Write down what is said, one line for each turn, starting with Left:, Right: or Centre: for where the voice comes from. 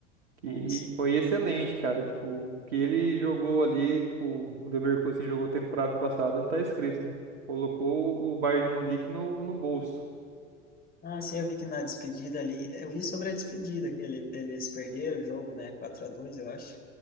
Right: Que
Left: Ah, sim.
Right: foi excelente, cara, tipo, o que ele jogou ali, tipo, o Leverkusen jogou temporada passada, não tá escrito, né? Colocou o Bayern de Munique no, no bolso.
Left: Ah, sim, eu vi que na despedida ali, eu vi sobre a despedida, que ele, eles perderam o jogo, né, quatro a dois eu acho.